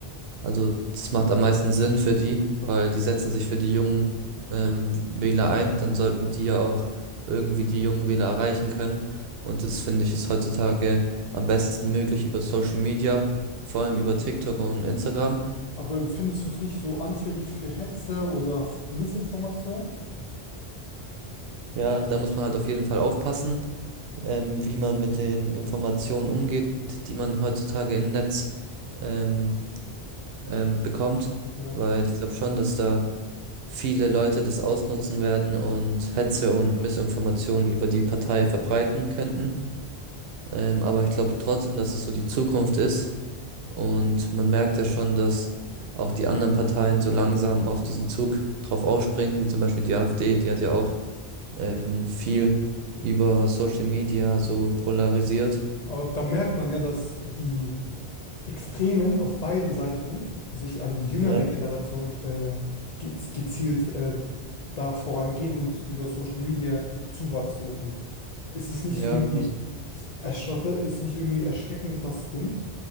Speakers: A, on the right; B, on the left.
A: Also das macht am meisten Sinn für die, weil die setzen sich für die jungen ähm, Wähler ein, dann sollten die ja auch irgendwie die jungen Wähler erreichen können. Und das finde ich ist heutzutage am besten möglich über Social Media, vor allem über TikTok und Instagram.
B: Aber findest du es nicht so anfällig für Hetze oder F- Missinformation?
A: Ja, da muss man halt auf jeden Fall aufpassen, ähm, wie man mit den Informationen umgeht, die man heutzutage im Netz ähm, ähm, bekommt,
B: Ja.
A: weil ich glaube schon, dass da viele Leute das ausnutzen werden und Hetze und Missinformationen über die Partei verbreiten könnten. Ähm, aber ich glaube trotzdem, dass es so die Zukunft ist. Und man merkt ja schon, dass auch die anderen Parteien so langsam auf diesen Zug drauf aufspringen, wie zum Beispiel die AfD, die hat ja auch ähm, viel über Social Media so polarisiert.
B: Aber da merkt man ja, dass die Extremen auf beiden Seiten sich an die jüngere
A: Ja.
B: Generation äh, gez- gezielt äh, da vorangehen und über Social Media Zuwachs suchen. Ist es nicht
A: Ja,
B: irgendwie
A: was?
B: erschrocken, ist nicht irgendwie erschreckend, das Ding,